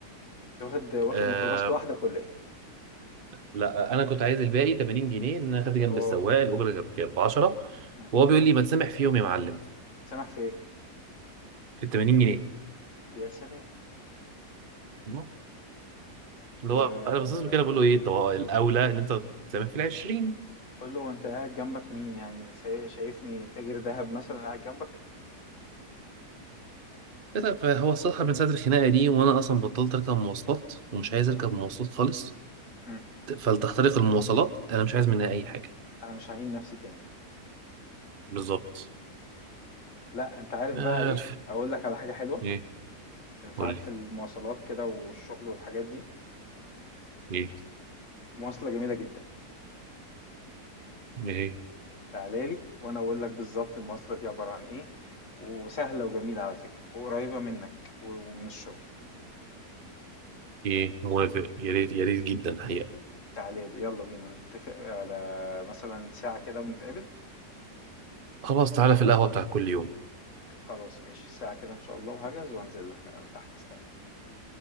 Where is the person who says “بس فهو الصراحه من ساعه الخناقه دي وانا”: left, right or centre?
Right